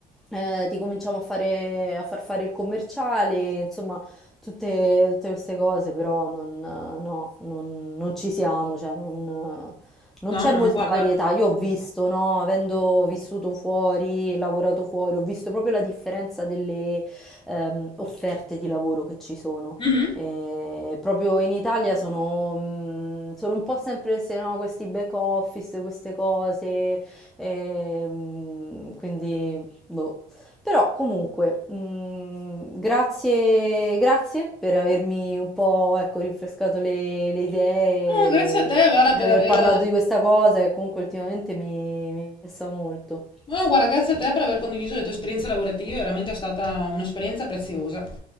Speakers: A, in the centre; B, on the left (about 30°).
A: eh, ti cominciamo a fare, a far fare il commerciale, insomma, tutte, tutte queste cose, però non, eh, no, non, non ci siamo, cioè non... eh, non
B: No,
A: c'è
B: no,
A: molta
B: guarda.
A: varietà, io ho visto, no? Avendo vissuto fuori, lavorato fuori, ho visto proprio la differenza delle ehm, offerte di lavoro che ci sono.
B: Mhm.
A: E proprio in Italia sono, mh, sono un po' sempre se no, questi back office, queste cose, e, mh, quindi boh. Però comunque, mh, grazie, grazie per avermi un po', ecco, rinfrescato le, le idee
B: No, grazie a
A: e,
B: te, Vara,
A: e aver
B: per aver...
A: parlato di questa cosa che comunque ultimamente mi, mi interessa molto.
B: No, guarda, grazie a te per aver condiviso le tue esperienze lavorative, veramente è stata un'esperienza preziosa.